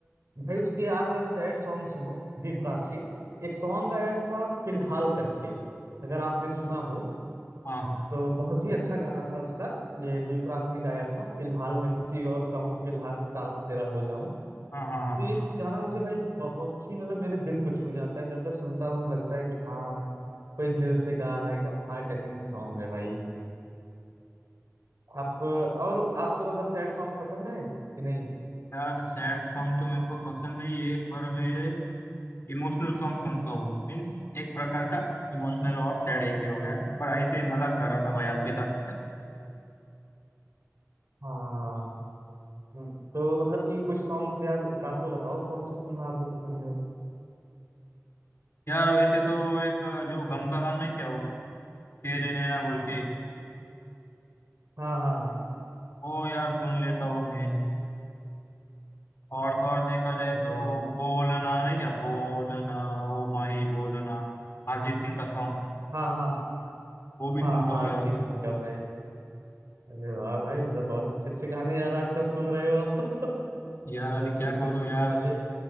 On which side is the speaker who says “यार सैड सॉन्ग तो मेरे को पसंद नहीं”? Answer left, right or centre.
Left